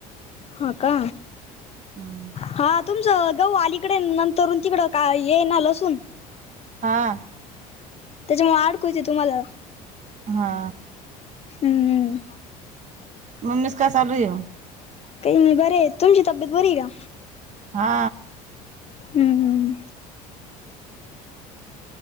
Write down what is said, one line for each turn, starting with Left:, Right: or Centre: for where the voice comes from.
Left: हो का?
Right: हम्म
Left: हा तुमचं गहू अलीकडे अन, नंतरहुन तिकडं काय हे येना लसुण?
Right: हा
Left: त्याच्यामुळे अडकुजे तुम्हाला.
Right: हा
Left: हम्म.
Right: मम्मीचं काय चालूये ओ?
Left: त्यायनी बरे, तुमची तब्येत बरीये का?
Right: हा.
Left: हम्मम्.